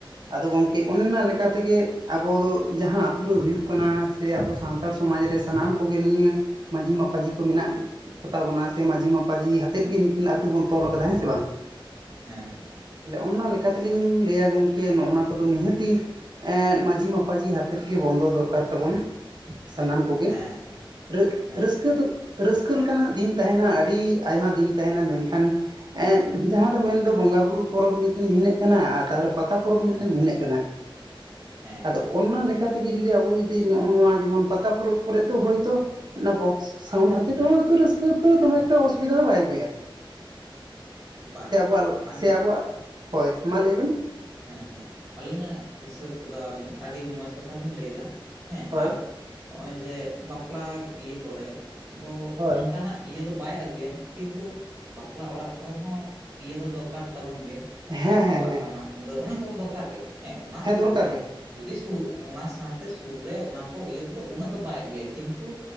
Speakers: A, on the right (about 55°); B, on the right (about 25°).
A: ᱟᱫᱚ ᱜᱚᱝᱠᱮ
B: ᱮᱠᱫᱚᱢ
A: ᱚᱱᱱᱟ ᱞᱮᱠᱟ ᱛᱮ ᱜᱮ ᱟᱵᱚ ᱫᱚ ᱡᱟᱦᱟᱸ ᱟᱛᱩ ᱨᱮ ᱦᱩᱭᱩᱜ ᱠᱟᱱᱟ, ᱥᱮ ᱟᱵᱚ ᱥᱟᱱᱛᱟᱲ ᱥᱚᱢᱟᱡᱽ ᱨᱮ ᱥᱟᱱᱟᱢ ᱠᱚ ᱜᱮ ᱱᱤᱭᱟᱹ ᱢᱟᱹᱡᱷᱤ ᱢᱟᱯᱟᱡᱷᱤ ᱠᱚ ᱢᱮᱱᱟᱜ ᱠᱚᱛᱟ ᱵᱚᱱᱟ ᱥᱮ ᱢᱟᱡᱷᱤ ᱢᱟᱯᱟ ᱯᱟᱹᱡᱤ ᱦᱟᱛᱮᱫ
B: ᱦᱮᱸ
A: ᱜᱮ ᱢᱤᱫᱴᱮᱱ ᱟᱹᱛᱩ ᱵᱚᱱ ᱛᱚᱞ ᱟᱠᱟᱫᱟ ᱦᱮᱸ ᱥᱮ ᱵᱟᱝ᱾
B: ᱦᱮᱸ᱾
A: ᱛᱟᱦᱚᱞᱮ ᱚᱱᱟ ᱞᱮᱠᱟ ᱛᱮᱞᱤᱧ ᱞᱟᱹᱭᱟ ᱜᱚᱢᱠᱮ ᱱᱚᱜᱼᱱᱟ ᱠᱚᱫᱚ ᱱᱤᱦᱟᱹᱛᱤ ᱮᱜ ᱢᱟᱟᱹᱡᱷᱤ ᱢᱟᱯᱟᱡᱷᱤ ᱦᱟᱛᱮᱫ ᱜᱮ ᱵᱚᱱᱫᱚ ᱫᱚᱨᱠᱟᱨ ᱛᱟᱵᱚᱱ ᱥᱟᱱᱟᱢ ᱠᱚᱜᱮ᱾
B: ᱦᱮᱸ ᱦᱮᱸ ᱦᱮᱸ
A: ᱨᱟᱹ
B: ᱦᱮᱸ
A: ᱨᱟᱹᱥᱠᱟᱹ ᱫᱚ ᱨᱟᱹᱥᱠᱟᱹ ᱞᱮᱠᱟᱱᱟᱜ ᱫᱤᱱ ᱛᱟᱦᱮᱸᱱᱟ ᱟᱹᱰᱤ ᱟᱭᱢᱟ ᱫᱤᱱ ᱛᱟᱦᱮᱸᱱᱟ᱾ ᱢᱮᱱ ᱠᱷᱟᱱ ᱮᱫ ᱡᱟᱦᱟᱸ ᱫᱚ ᱢᱮᱱᱫᱚ ᱵᱚᱸᱜᱟ ᱵᱩᱨᱩ ᱯᱚᱨᱚᱵᱽ ᱢᱤᱫᱴᱮᱱ ᱵᱷᱤᱱᱟᱹᱜ ᱠᱟᱱᱟ ᱛᱟᱯᱚᱨᱮ ᱯᱟᱛᱟ ᱯᱚᱨᱚᱵᱽ
B: ᱦᱮᱸ ᱦᱮᱸ
A: ᱢᱤᱫᱴᱮᱱ ᱵᱷᱤᱱᱟᱹᱜ ᱠᱟᱱᱟ
B: ᱦᱮᱸ
A: ᱟᱫᱚ ᱚᱱᱟ ᱠᱟ ᱛᱮᱜᱮ ᱡᱩᱫᱤ ᱟᱵᱚ ᱡᱩᱫᱤ ᱱᱚᱜᱼᱚ ᱱᱚᱣᱟ ᱡᱮᱢᱚᱱ ᱯᱟᱛᱟ ᱯᱚᱨᱚᱵ ᱠᱚᱨᱮ ᱫᱚ ᱦᱚᱭᱛᱳ ᱚᱱᱟ ᱵᱚᱠᱥ᱾ ᱥᱟᱣᱩᱱᱰ ᱦᱟᱹᱛᱤᱨ ᱦᱚ ᱦᱚᱭᱛᱚ ᱨᱟᱹᱥᱠᱟᱹ ᱫᱚᱢᱮ ᱮᱠᱴᱟ ᱚᱥᱩᱵᱤᱫᱷᱟ ᱫᱚ ᱵᱟᱭ ᱟᱹᱜᱩᱭᱟ ᱾
B: ᱦᱮᱸ ᱵᱟ
A: ᱥᱮ ᱟᱵᱚᱣᱟᱜ
B: ᱟᱸᱡᱚ
A: ᱥᱮ ᱟᱵᱚᱣᱟᱜ ᱦᱳᱭ ᱢᱟ ᱞᱟᱹᱭ ᱵᱤᱱ ᱾
B: ᱦᱮᱸ ᱦᱮᱸ ᱟᱹᱞᱤᱧᱟᱜ ᱦᱤᱥᱟᱹᱵ ᱛᱮᱫᱚ ᱟᱵᱤᱱ ᱟᱹᱰᱤ ᱢᱚᱸᱡᱽ ᱠᱟᱛᱷᱟ ᱵᱤᱱ ᱞᱟᱹᱭᱫᱟ ᱾ ᱦᱮᱸ
A: ᱦᱳᱭ
B: ᱟᱨ ᱱᱚᱜᱼᱚᱭ ᱡᱮ ᱵᱟᱯᱞᱟ ᱤᱭᱟᱹ ᱠᱚᱨᱮ ᱫᱚ
A: ᱦᱳᱭ
B: ᱚᱱᱠᱟᱱᱟᱜ ᱤᱭᱟᱹ ᱫᱚ ᱵᱟᱭ ᱟᱹᱜᱩᱭᱟ ᱠᱤᱱᱛᱩ ᱵᱟᱯᱞᱟ ᱚᱲᱟᱜ ᱠᱚᱨᱮ ᱦᱚᱸ ᱤᱭᱟᱹ ᱫᱚ ᱫᱚᱨᱠᱟᱨ ᱛᱟᱵᱚᱱ ᱜᱮ ᱾ ᱦᱮᱸᱥᱮ
A: ᱦᱮᱸ
B: ᱟᱵᱚᱣᱟᱜ
A: ᱦᱮᱸ ᱦᱮᱸ
B: ᱴᱟᱢᱟᱠ ᱛᱩᱢᱫᱟᱜ ᱚᱱᱟ ᱠᱚᱫᱚ ᱫᱚᱨᱠᱟᱨ ᱜᱮ, ᱦᱮᱸ ᱚᱱᱟ ᱥᱟᱶᱛᱮ
A: ᱫᱚᱨᱠᱟᱨ ᱜᱮ
B: ᱡᱩᱫᱤ ᱥᱩ ᱚᱱᱟ ᱥᱟᱶᱛᱮ ᱥᱩᱨ ᱨᱮ ᱚᱱᱟ ᱠᱚ ᱤᱭᱟᱹ ᱛᱮᱫᱚ ᱩᱱᱟᱹᱜ ᱫᱚ ᱵᱟᱭ ᱟᱹᱜᱩᱭᱟ ᱠᱤᱱᱛᱩ